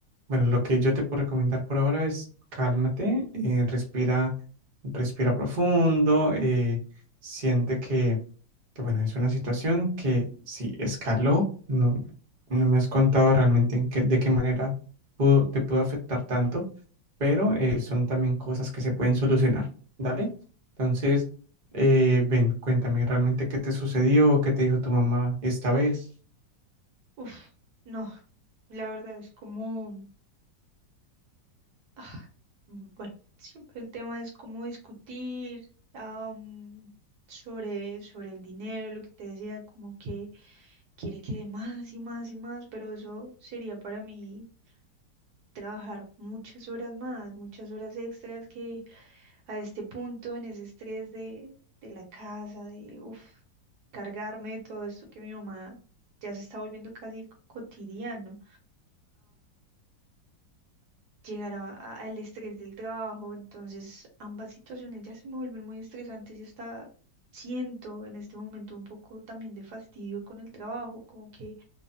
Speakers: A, on the right; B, on the right.
A: Bueno, lo que yo te puedo recomendar por ahora es cálmate, eh, respira, respira profundo, eh, siente que, que, bueno, es una situación que sí escaló, no, no me has contado realmente en qué- de qué manera pudo- te pudo afectar tanto, pero eh, son también cosas que se pueden solucionar, ¿dale? Entonces, eh, ven, cuéntame realmente qué te sucedió, qué te dijo tu mamá esta vez.
B: uf, no, la verdad es como... Ah, mm, Bueno, siempre el tema es cómo discutir am, sobre, sobre el dinero, lo que te decía, como que quiere que dé más y más y más, pero eso sería para mí trabajar muchas horas más, muchas horas extras que a este punto, en ese estrés de, de la casa, de uf, cargarme de todo esto que mi mamá ya se está volviendo casi cotidiano. llegar a- a- al estrés del trabajo. Entonces, ambas situaciones ya se me vuelven muy estresantes y hasta siento en este momento un poco también de fastidio con el trabajo, como que